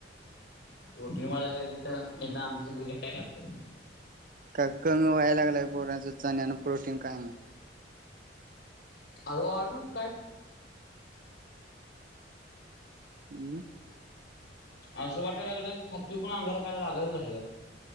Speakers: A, on the left; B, on the right.
A: प्रोटीन वाढायला लागली तर आमचं सगळं घटायला लागलं.
B: का कमी व्हाय लागलाय पोराच चण्यान प्रोटीन काय माहित?
A: अजून वाढल नाहीस काय?
B: हम्म <inaudible>
A: असं वाटयला लागलं खातू पण अंगाला काय लागनाच झालंय का.